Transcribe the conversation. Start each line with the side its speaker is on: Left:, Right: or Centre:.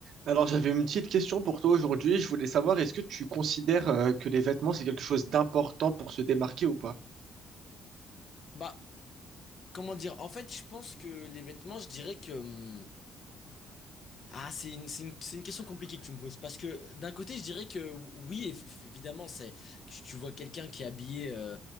Right: Alors, j'avais une petite question pour toi aujourd'hui. Je voulais savoir, est-ce que tu considères euh, que les vêtements, c'est quelque chose d'important pour se démarquer ou pas?
Left: Bah, comment dire? En fait, je pense que les vêtements, je dirais que, hum, ah, c'est une, c'est une, c'est une question compliquée que tu me poses. Parce que d'un côté, je dirais que oui, eff- évidemment, c'est, tu, tu vois quelqu'un qui est habillé euh,